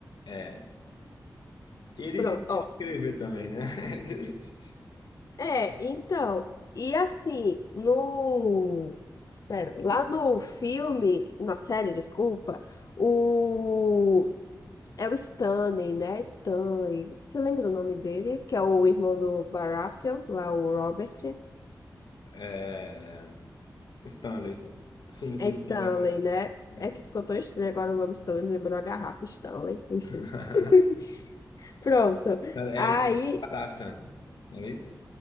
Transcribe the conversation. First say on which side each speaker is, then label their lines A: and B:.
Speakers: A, on the left; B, on the left.
A: É. Ele
B: Pronto,
A: desistiu
B: ó.
A: de escrever também, né? <laughs>
B: É, então. E assim, no. Pera, lá no filme, na série, desculpa, o. É o Stanley, né? Stanley. Você lembra o nome dele? Que é o irmão do Baratheon, lá o Robert.
A: É, o Stanley. Sim, sim,
B: É Stanley,
A: lembra lembro agora.
B: né?
A: Sim.
B: É que ficou tão estranho agora o nome Stanley, me lembrou a garrafa Stanley, enfim.
A: <laughs>
B: <laughs> Pronto.
A: É
B: Aí.
A: Starafan. Não era isso?